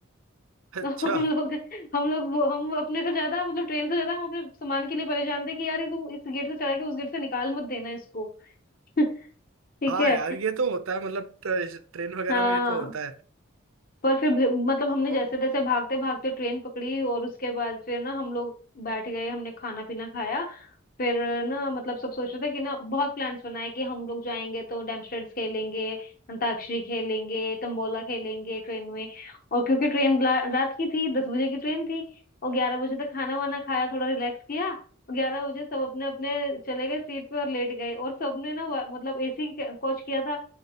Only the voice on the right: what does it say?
अच्छा
हाँ
यार ये तो होता है मतलब ट्रेन वगैरह
में ये तो होता
है